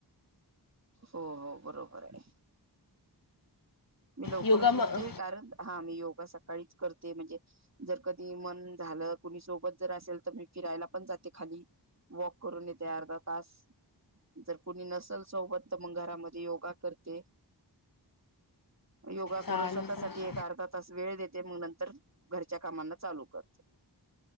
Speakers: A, on the right; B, on the left.
A: हो हो बरोबर आहे. मी लवकरच
B: योगा
A: उठते,
B: मग
A: कारण हा मी योगा सकाळीच करते म्हणजे जर कधी मन झालं. कोणी सोबत जर असेल तर मी फिरायला पण जाते खाली. वॉक करून येते अर्धा तास. जर कोणी नसेल सोबत तर मग घरामध्ये योगा करते. योगा
B: छान
A: करून स्वतःसाठी
B: छान
A: एक, अर्धा तास वेळ देते. मग नंतर घरच्या कामांना चालू करते.